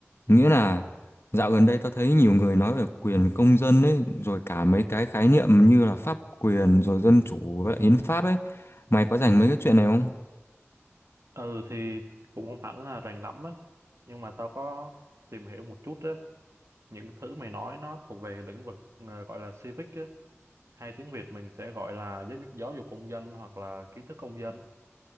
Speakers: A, on the left; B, on the right.
A: Nghĩa là dạo gần đây tao thấy nhiều người nói về quyền công dân ấy, rồi cả mấy cái khái niệm như là pháp quyền, rồi dân chủ với lại hiến pháp ấy. Mày có rành mấy cái chuyện này không?
B: Ừ thì cũng không hẳn là rành lắm á nhưng mà tao có tìm hiểu một chút á những thứ mày nói nó thuộc về lĩnh vực ờ, gọi là civic á hay tiếng Việt mình sẽ gọi là giáo, dục- giáo dục công dân hoặc là kiến thức công dân